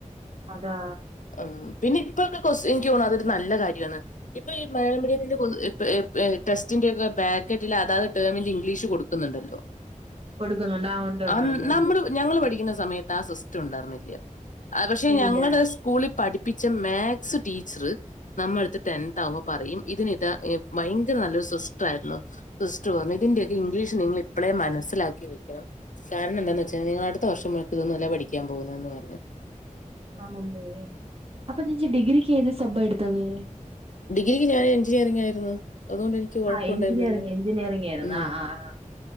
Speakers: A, on the right; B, on the left.
A: അതാ
B: ഉം പിന്നെ ഇപ്പൊക്കെ ക്യുസ് എനിക്കതോന്നാ അതൊരു നല്ല കാര്യമാണ് ഇപ്പൊ ഈ മലയാള മീഡിയത്തിന്റെ ഇപ്പൊ ഈ എ ടെസ്റ്റിന്റെ ഒക്കെ ബാറ്റ് കേട്ടില്ല അതാത് ടെർമിന്റെ ഇംഗ്ലീഷ് കൊടുക്കുന്നുണ്ടല്ലോ
A: കൊടുക്കുന്നുണ്ട് ഉണ്ട് ഉണ്ട്
B: ആ
A: ഉണ്ട് ഉണ്ട്
B: നമ്മള് ഞങ്ങള് പഠിക്കുന്ന സമയത്ത് ആ സിസ്റ്റം ഉണ്ടായിരുന്നില്ല പക്ഷേ
A: ഇല്ല
B: ഞങ്ങടെ സ്കൂളിൽ പഠിപ്പിച്ച മാ സ് ടീച്ചർ നമ്മളടുത്ത് ടെൻ ആവുമ്പോൾ പറയും ഇതിന് ഇതാ ഭയങ്കര നല്ലൊരു സസ്റ്റയിരുന്നു ഫസ് പറഞ്ഞു ഇതിന്റെയൊക്കെ ഇംഗ്ലീഷ് നിങ്ങൾ ഇപ്പോഴേ മനസ്സിലാക്കി വെക്കണം കാരണം എന്താന്ന് വെച്ചാൽ നിങ്ങളൾ അടുത്ത വർഷം ഇതൊന്നല്ല പഠിക്കാൻ പോകുന്നതന്ന് പറഞ്
A: ആണല്ലേ അപ്പൊചെ ചീഡിഗ്രിക്ക് ഏത് സബ് എടുത്തത്
B: ഡിഗ്രിക്ക് ഞാൻ ഇചിനറി ആയിരുന്നു അതുകൊണ്ട് എനിക്ക് കൊഴപ്പുണ്ടായിരുന്നില്ലേ
A: ആഹ് എഞ്ചിനീയറിംഗ് എഞ്ചിനീയറിംഗ് ആയിരുന്നു
B: ഉ
A: ആഹ്